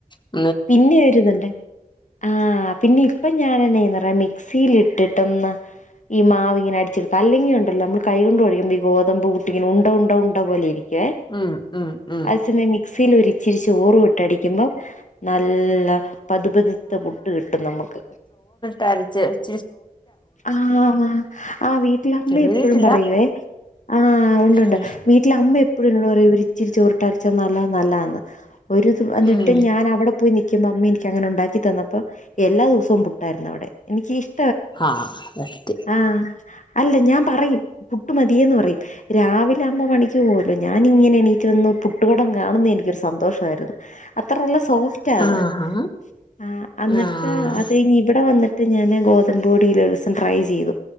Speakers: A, on the left (about 30°); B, on the left (about 60°).
A: മ്
B: പിന്നെ ഒരിതുണ്ടേ ആഹ് പിന്നെ ഇപ്പൊ ഞാൻെ എന്നാ ചെയ്യുമെന്ന് അറിയോ മിക്സിൽ ഇട്ടിട്ടൊന്ന് ഈ മാവിങ്ങനെ അടിച്ചെടുകത്ത് അല്ലെങ്കി ഉണ്ടല്ലോ നമ്മള് കൈ കൊണ്ട് കൊഴക്കുമ്പഴുത്തേക്ക് ഈ ഗോതമ്പ് പുട്ടിങ്ങനെ ഉണ്ട ഉണ്ട ഉണ്ട പോലെ ഇരിക്കും ക്കെ
A: ഉം ഉം ഉം
B: അതേസമയം മിക്സിയിൽ ഒരിച്ചിരി ചോറും ഇട്ടടിക്കുമ്പം നല്ല പതുപതുത്തെ പുട്ട് കിട്ടും നമുക്ക്
A: തരിച്ച്
B: ആഹ് ആഹ് വീട്ടിലമ്മ
A: ചെയ്തിട്ടില്ല
B: എപ്പോഴും പറയുവേ ആഹ് ഉണ്ട്ണ്ട്
A: ഉം
B: വീട്ടില് അമ്മി <unintelligible> ഒരിച്ചിരി ചോറിട്ടരച്ച നല്ല നല്ലാന്ന് ഒരു തു അന്നിട്ട്
A: ഉം
B: ഞാനവടെ പോയി നിക്കുമ്പോ അമ്മ എനിക്ക് അങ്ങനെ ഉണ്ടാക്കി തന്നപ്പോ എല്ലാ ദിവസവും പുട്ടായിരുന്നു അവിടെ എനിക്കി ഷ്
A: അ ആഹ് അതെ
B: ആഹ് അല്ല ഞാം പറയും പുട്ടുമതിയേ ന്ന് പറയും രാവിലെ അമ്മ പണിക്ക് പോവല്ലോ ഞാനിങ്ങനെണീറ്റ് വന്ന് പുട്ടു കുടം കാണുന്ന എനിക്കൊരു സന്തോഷാരുന്നു. അത്ര ല്ല സോഫ്റ്റാത്
A: ആഹാ
B: ആഹ് അന്നിട്ട്
A: ആഹ്
B: അത് കഴിഞ്ഞിവിടെ വന്നിട്ട് ഞാന് ഗോതമ്പ് പൊടിയിലൊരുസം ട്രൈ ചെയ്തു